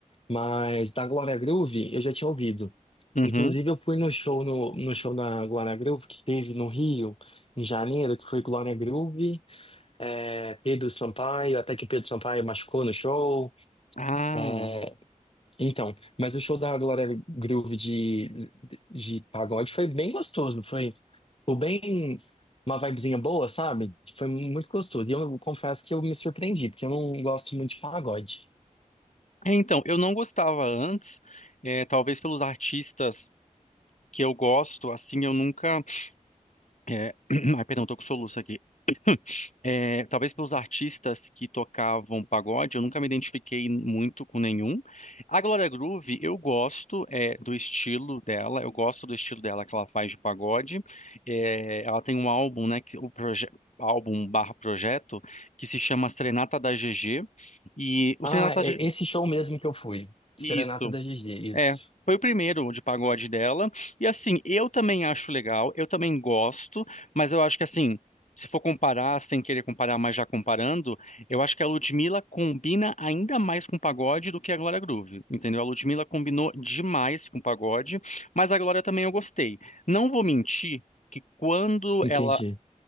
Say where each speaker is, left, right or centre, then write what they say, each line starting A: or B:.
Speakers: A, on the left; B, on the left.
A: Mas da Glória Groove eu já tinha ouvido.
B: Uhum.
A: Inclusive, eu fui no show, no, no show da Glória Groove que teve no Rio, em janeiro, que foi Glória Groove, eh, Pedro Sampaio, até que Pedro Sampaio machucou no show.
B: Ah,
A: eh, então, mas o show da Glória Groove de, de pagode foi bem gostoso, foi, foi bem uma vibezinha boa, sabe? Foi muito gostoso. E eu confesso que eu me surpreendi, porque eu não gosto muito de pagode.
B: é, então, eu não gostava antes, é, talvez pelos artistas que eu gosto, assim, eu nunca É, <clears throat> ai, perdão, tô com soluço aqui. É, talvez pelos artistas que tocavam pagode, eu nunca me identifiquei muito com nenhum. A Glória Groove, eu gosto é, do estilo dela, eu gosto do estilo dela que ela faz de pagode. É, ela tem um álbum, né, que, o proje- álbum barra projeto, que se chama Serenata da GG, e o
A: Ah,
B: Serenata
A: é
B: da G-
A: esse show mesmo que eu fui.
B: isso,
A: Serenata da GG, isso.
B: é, foi o primeiro de pagode dela. E assim, eu também acho legal, eu também gosto, mas eu acho que assim, se for comparar, sem querer comparar, mas já comparando, eu acho que a Ludmilla combina ainda mais com pagode do que a Glória Groove, entendeu? A Ludmilla combinou demais com pagode, mas a Glória também eu gostei. Não vou mentir que quando
A: Entendi.
B: ela